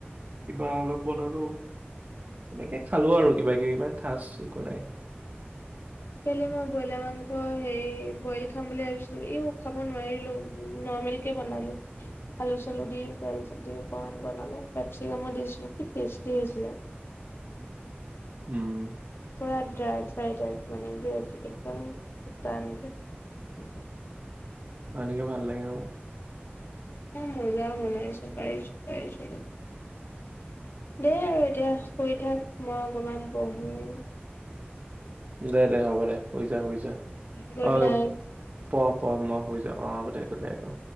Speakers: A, on the right; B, on the left.
A: কিবা অলপ বনালো। হেনেকে খালো আৰু কিবা কিবি ইমান খাচ একো নাই।
B: কালি মই ব্ৰইলাৰ মাংস হেৰি বইল খাম বুলি ভাবিছিলো ইও খাব নোৱাৰিলোঁ। বয়লকে বনালো আলু চালু দি তেল দি অকমান বনালো পপিকাম দিছিলো। টেষ্টি আছিল।
A: উম।
B: তৰা ড্ৰাই ফ্ৰাই টাইপ মানে একদম ত।
A: এনেকে ভাল লাগে।
B: ম মজা বনাইছো পাইছো পাইছো। দেই আৰু এতিয়া শুই থাক মই অকমান পঢ়ো।
A: দে দে হ'ব দে শুই যা শুই যা
B: গুড
A: অঁ
B: নাইট।
A: পঢ় পঢ় মই শুই যাওঁ অ আ' হব দে গোত নাইত অঁ